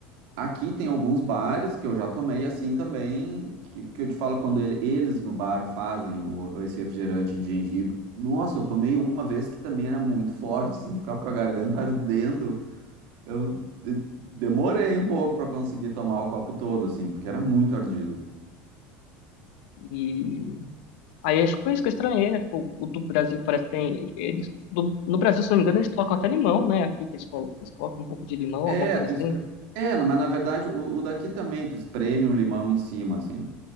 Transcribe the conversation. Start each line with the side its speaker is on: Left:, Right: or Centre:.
Right: Aqui tem alguns bares que eu já tomei assim também, que, que eu te falo quando ele- eles no bar fazem o, esse refrigerante de gengibre. Nossa, eu tomei uma vez que também era muito forte, assim, ficava com a garganta ardendo. Eu de- demorei um pouco para conseguir tomar o copo todo, assim, porque era muito ardido.
Left: E aí acho que foi isso que eu estranhei, né? Tipo, o do Brasil parece que tem. Eles, do- no Brasil, se não me engano, eles colocam até limão, né? Aqui que eles, colo- eles colocam um pouco de limão,
Right: É,
Left: alguma coisa
Right: tu
Left: assim.
Right: espreme... É, não, mas na verdade o, o daqui também, tu espreme um limão em cima, assim,